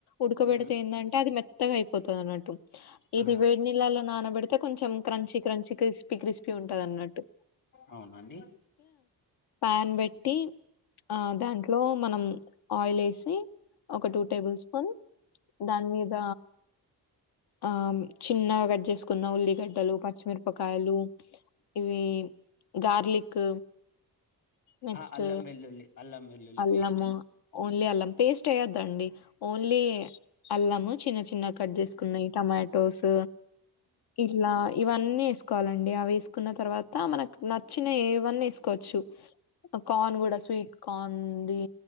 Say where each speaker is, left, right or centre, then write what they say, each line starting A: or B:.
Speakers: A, on the left (about 80°); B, on the left (about 55°).
A: ఉడకబెడితే
B: మ్మ్.
A: ఏందంటే అది మెత్తగా అయిపోతుంది అన్నట్టు ఇది
B: ఆహా
A: వేడి నీళ్ళలో నానబడితే కొంచం క్రంచి క్రంచి క్రి క్రిస్పీ ఉంటది అన్నట్టు
B: అవునండి
A: ప్యాన్ పెట్టి ఆ దాంట్లో మనం ఆయిల్ వేసి ఒక టూ టేబుల్ స్పూన్ దాని మీద ఆ చిన్న కట్ చేస్ న్న ఉల్లిగడ్డలు పచ్చిమిరపకాయలు ఇవి గార్లిక్ నెక్స్ట్
B: ఆ అల్లం వెల్లుల్లి అల్లం వెల్లుల్లి
A: అల్లము
B: పేస్ట్
A: ఓన్లీ అల్లం పేస్ట్ ఏయద్దండి ఓన్లీ అల్లము చిన్న చిన్నగ్ కట్ చేసుకున్నయి టమాటోస్ ఇల్లా ఇవన్నీ వేసుకోవాలండి అవి వేసుకున్న తర్వాత మనకు నచ్చినవి ఏవన్న వేసుకోవచ్చు అ కార్న్ కూడా స్వీట్ కార్న్ది